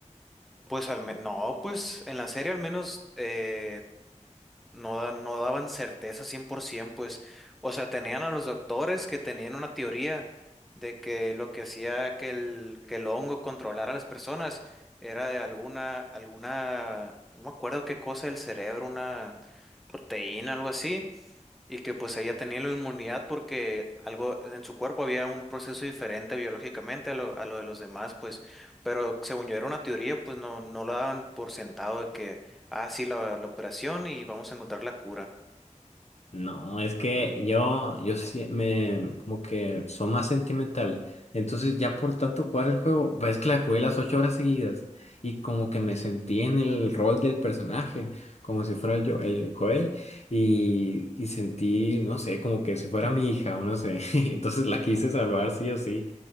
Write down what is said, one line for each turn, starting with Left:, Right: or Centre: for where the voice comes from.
Centre: pues al menos, no, pues en la serie al menos eh, no, da- no daban certeza 100%, pues, o sea, tenían a los doctores que tenían una teoría de que lo que hacía que el, que el hongo controlara a las personas era de alguna, alguna, no me acuerdo qué cosa del cerebro, una proteína, algo así Y que pues ella tenía la inmunidad porque algo en su cuerpo había un proceso diferente biológicamente a lo, a lo de los demás, pues, pero según yo era una teoría, pues no, no lo daban por sentado de que, ah, sí, la, la operación y vamos a encontrar la cura.
Left: No, es que yo, yo sí me, como que soy más sentimental. Entonces ya por tanto jugar el juego, ves que la jugué las ocho horas seguidas y como que me sentí en el rol del personaje, como si fuera el, yo, el Joel y, y sentí, no sé, como que si fuera
Centre: Hmm.
Left: mi hija o no sé. <laughs> Entonces la quise salvar sí o sí.